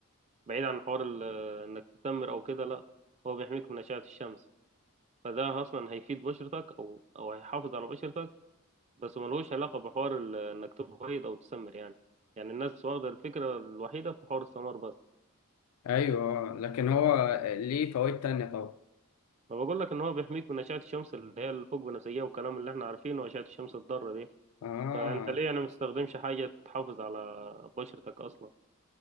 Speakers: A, on the right; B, on the left.
A: بعيد عن حوار ال- إنك تسمر أو كده لأ هو بيحميك من أشعة الشمس فده أصلا هيفيد بشرتك أو أو هيحافظ على بشرتك بس ملهوش علاقة بحوار ال- إنك تبيض أو تسمر يعني يعني الناس واخدة الفكرة الوحيدة في حوار السمار بس
B: ايوه لكن هو ليه فوائد تانية طبعا
A: فبقول لك إن هو بيحميك من أشعة الشمس اللي هي الفوق بنفسجية والكلام اللي إحنا عارفينه وأشعة الشمس الضارة دي
B: اه
A: فأنت ليه يعني مستخدمش حاجة تحافظ على بشرتك أصلا